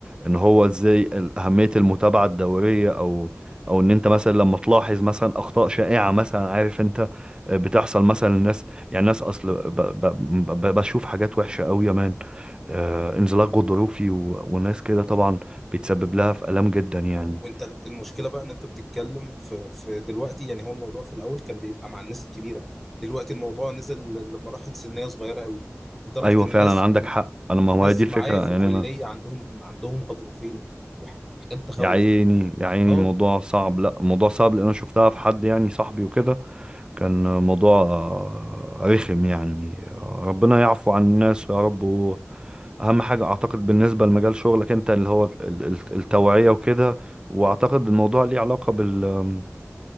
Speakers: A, on the right; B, in the centre.
A: إن هو إزاي ال- أهمية المتابعة الدورية أو أو إن أنت مثلا لما تلاحظ مثلا أخطاء شائعة مثلا عارف أنت آه، بتحصل مثلا للناس يعني الناس أصل ب ب ب ب- بشوف حاجات وحشة أوي يا مان آه، انزلاق غضروفي و- وناس كده طبعا بيتسبب لها في آلام جدا يعني
B: وانت ال- المشكلة بقى ان انت بتتكلم في في دلوقتي يعني هو الموضوع في الاول كان بيبقى مع الناس الكبيرة دلوقتي الموضوع نزل ل- لمراحل سنية صغيرة قوي لدرجة
A: أيوة
B: ان
A: فعلا
B: الناس
A: عندك حق أنا ما هو
B: ناس
A: هي دي الفكرة
B: معايا في الكلية
A: يعني أنا
B: عندهم عندهم غضروفين وحاجات تخوف
A: يا عيني يا عيني
B: اه
A: الموضوع صعب لا الموضوع صعب لان انا شفتها في حد يعني صاحبي وكده كان موضوع آه، رخم يعني آه، ربنا يعفو عن الناس يا رب واهم حاجه اعتقد بالنسبه لمجال شغلك انت اللي هو ال- ال- التوعيه وكده واعتقد الموضوع ليه علاقه بالتمارين